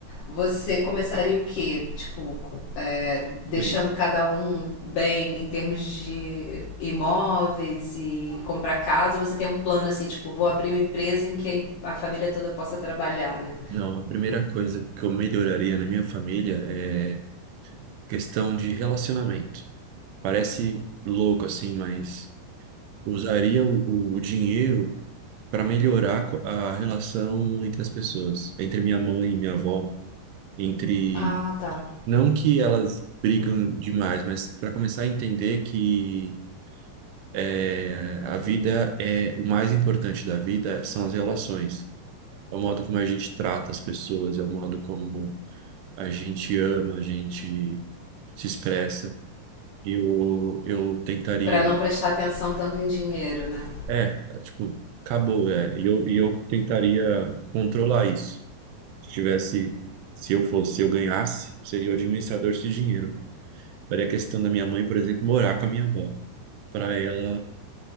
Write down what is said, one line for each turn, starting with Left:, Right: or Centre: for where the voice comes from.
Left: você começaria o quê? Tipo, é, deixando
Right: Bem,
Left: cada um bem em termos de imóveis e comprar casa? Ou você tem um plano assim, tipo, vou abrir uma empresa em que a família toda possa trabalhar, né?
Right: não, a primeira coisa que eu melhoraria na minha família é questão de relacionamento. Parece louco assim, mas usaria o, o- o dinheiro para melhorar co- a relação entre as pessoas, entre minha mãe e minha avó, entre
Left: Ah, tá.
Right: não que elas brigam demais, mas para começar a entender que é, a vida é o mais importante da vida são as relações. É o modo como a gente trata as pessoas, é o modo como a gente ama, a gente se expressa. Eu, eu tentaria.
Left: Para não prestar atenção tanto em dinheiro, né?
Right: É, tá, tipo, acabou, é. E eu, e eu tentaria controlar isso. Se tivesse, se eu fosse, se eu ganhasse, seria o administrador desse dinheiro. Daria a questão da minha mãe, por exemplo, morar com a minha avó. Para ela,